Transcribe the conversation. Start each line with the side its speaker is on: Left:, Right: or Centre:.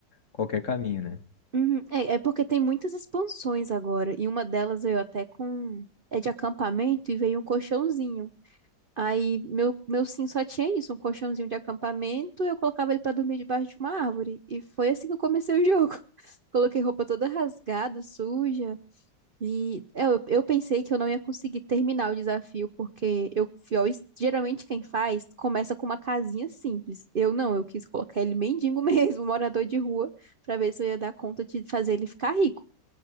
Left: qualquer caminho, né?
Right: Uhum. É, é porque tem muitas expansões agora, e uma delas veio até com. É de acampamento e veio um colchãozinho. Aí meu, meu sim só tinha isso, um colchãozinho de acampamento, eu colocava ele pra dormir debaixo de uma árvore. E foi assim que eu comecei o jogo. <laughs> Coloquei roupa toda rasgada, suja. E eu, eu pensei que eu não ia conseguir terminar o desafio, porque eu fui ao es- geralmente quem faz começa com uma casinha simples. Eu não, eu quis colocar ele mendigo <laughs> mesmo, morador de rua, pra ver se eu ia dar conta de fazer ele ficar rico.